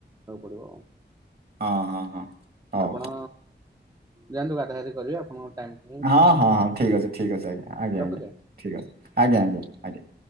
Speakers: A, on the right (about 20°); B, on the right (about 55°).
A: ପଡିବ ଆଉ
B: ହଁ ହଁ ହଁ। ହଉ
A: ଆପଣ ଯାଆନ୍ତୁ ଗାଧା ଗାଧି କରିବେ ଆପଣଙ୍କ ଟାଇମ୍
B: ହଁ ହଁ ହଁ ଠିକ ଅଛି ଠିକ ଅଛି ଆଜ୍ଞା ଆଜ୍ଞା
A: ରଖୁଛି।
B: ଆଜ୍ଞା ଠିକ ଆଜ୍ଞା ଆଜ୍ଞା ଆଜ୍ଞା।